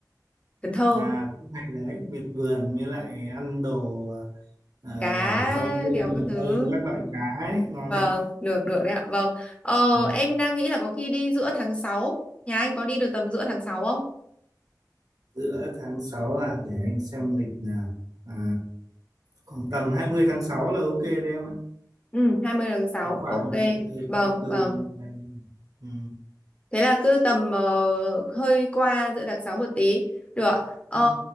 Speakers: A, on the left (about 15°); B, on the right (about 55°).
A: Cần Thơ,
B: à cũng hay đấy miệt vườn với lại ăn đồ ờ,
A: cá,
B: ở trong khu
A: kiểu
B: miền
A: cái thứ.
B: Tây các loại cá ấy ngon
A: Vâng,
B: đấy
A: được, được đấy ạ. Vâng. Ờ,
B: ừ.
A: em đang nghĩ là có khi đi giữa tháng sáu, Nhà anh có đi được tầm giữa tháng sáu không?
B: giữa tháng 6 à để anh xem lịch nào à, khoảng tầm 20 tháng 6 là ok đấy em ạ
A: Ừ, 20 tháng 6.
B: khoảng khoảng
A: ok.
B: đấy ừ,
A: Vâng,
B: cộng từ
A: vâng.
B: ngày ừ.
A: Thế là cứ tầm ờ, hơi qua giữa tháng 6 một tí. Được ạ. Ờ,
B: Ừ.